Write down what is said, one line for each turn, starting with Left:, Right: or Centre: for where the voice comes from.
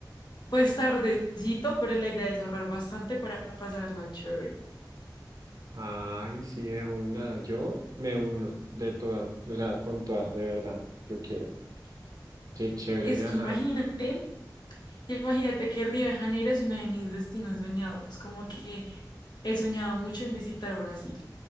Left: pues tardecito, pero la idea es ahorrar bastante para pasarla chévere.
Right: Ay, sí, de una. Yo me uno de toda, o sea, con toda, de verdad. Yo quiero. Qué chévere
Left: Es
Right: viajar.
Left: que imagínate. Imagínate que Río de Janeiro es uno de mis destinos soñados, como que he soñado mucho en visitar Brasil.